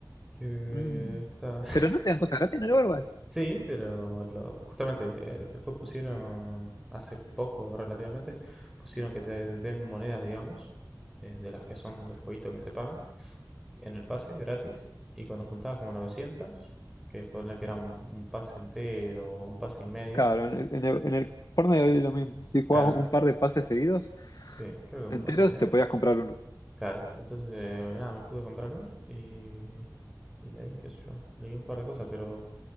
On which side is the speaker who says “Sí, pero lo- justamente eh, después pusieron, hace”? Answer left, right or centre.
Centre